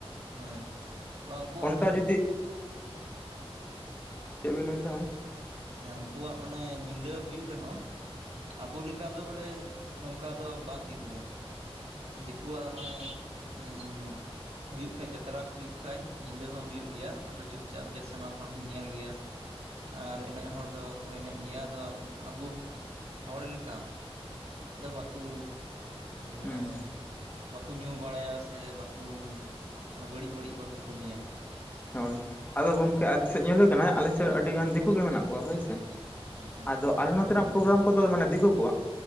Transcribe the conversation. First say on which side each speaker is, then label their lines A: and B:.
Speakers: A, on the right; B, on the left.
A: ᱦᱮᱸ ᱵᱟ ᱩᱱᱠᱩᱣᱟᱜ
B: ᱚᱱᱠᱟ
A: ᱧᱤ
B: ᱡᱩᱫᱤ ᱪᱮᱫ ᱵᱮᱱ ᱢᱮᱱ ᱮᱫᱟ
A: ᱦᱮᱸ ᱩᱱᱠᱩᱣᱟᱜ ᱢᱟᱱᱮ ᱧᱤᱫᱟᱹ ᱦᱩᱭᱩᱜ ᱨᱮᱦᱚᱸ ᱟᱵᱚ ᱞᱮᱠᱟ ᱫᱚ ᱵᱚᱞᱮ ᱱᱚᱝᱠᱟ ᱫᱚ ᱵᱟᱝ ᱦᱩᱭᱩᱜ ᱜᱮᱭᱟ ᱾ ᱫᱤᱠᱩᱣᱟᱜ ᱢᱟᱱᱮ <inaudible> ᱦᱩᱭᱩᱜ ᱠᱷᱟᱡ ᱡᱟᱛᱨᱟ ᱠᱚ ᱦᱩᱭᱩᱜ ᱠᱷᱟᱡ ᱧᱤᱫᱟᱹ ᱦᱚᱸ ᱦᱩᱭᱩᱜ ᱜᱮᱭᱟ ᱟᱫᱚ ᱪᱩᱯᱪᱟᱯ ᱡᱟ ᱥᱟᱱᱟᱢ ᱦᱚᱲ ᱠᱚ ᱧᱮᱞ ᱜᱮᱭᱟ ᱟᱨ ᱮᱱᱮᱡ ᱦᱚᱲ ᱫᱚ ᱠᱚ ᱮᱱᱮᱡ ᱜᱮᱭᱟ ᱟᱫᱚ ᱟᱵᱚ ᱦᱚᱲ ᱞᱮᱠᱟ ᱫᱚ ᱵᱟᱠᱩ ᱢᱟᱱᱮ
B: ᱦᱮᱸ
A: ᱵᱟᱠᱩ ᱧᱩ ᱵᱟᱲᱟᱭᱟ ᱥᱮ ᱵᱟᱠᱩ ᱵᱟᱹᱲᱤᱡ ᱵᱟᱹᱲᱤᱡ ᱵᱟᱠᱚ ᱠᱟᱹᱢᱤᱭᱟ
B: ᱦᱳᱭ ᱟᱫᱚ ᱜᱚᱢᱠᱮ ᱟᱞᱮ ᱥᱮᱫ ᱧᱮᱞ ᱦᱩᱭ ᱠᱟᱱᱟ ᱟᱞᱮ ᱥᱮᱫ ᱟᱹᱰᱤ ᱜᱟᱱ ᱫᱤᱠᱩ ᱜᱮ ᱢᱮᱱᱟᱜ ᱠᱚᱣᱟ ᱦᱳᱭ ᱥᱮ
A: ᱦᱮᱸ ᱦᱮᱸ
B: ᱟᱫᱚ ᱟᱞᱮ ᱱᱚᱛᱮᱱᱟᱜ ᱯᱨᱳᱜᱨᱟᱢ ᱠᱚᱫᱚ ᱢᱟᱱᱮ ᱫᱤᱠᱩ ᱠᱚᱣᱟᱜ